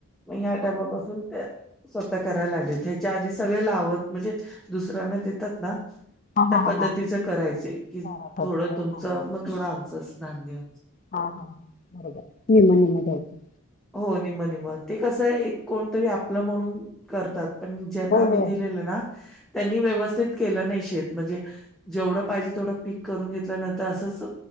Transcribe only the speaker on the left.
हा
हा
हा करत होता व्हय हा हा.
चारा होत
नाही
व्हय.
हा हा बरोबर निम निम दत.
होय
होय.